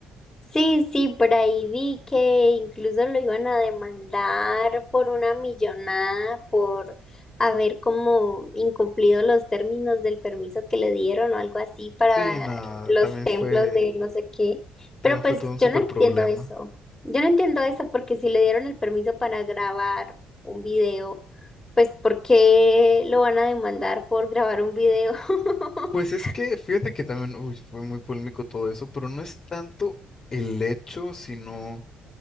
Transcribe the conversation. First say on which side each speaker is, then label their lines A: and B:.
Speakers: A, on the left; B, on the left.
A: Sí, sí, por ahí vi que incluso lo iban a demandar por una millonada por haber como incumplido los términos del permiso que le dieron o algo así para
B: Sí, nada,
A: los
B: también
A: templos
B: fue,
A: de no sé qué. Pero
B: también
A: pues
B: fue todo un súper
A: yo no entiendo
B: problema.
A: eso. Yo no entiendo eso porque si le dieron el permiso para grabar un video, pues ¿por qué lo van a demandar por grabar un video? <laughs>
B: Pues es que, fíjate que también, uy, fue muy polémico todo eso, pero no es tanto el hecho, sino